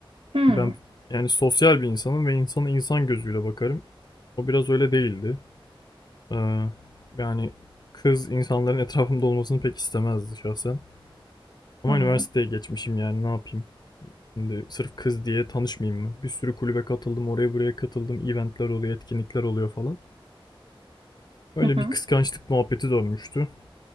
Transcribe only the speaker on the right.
Hmm,
hmm,
hı hı,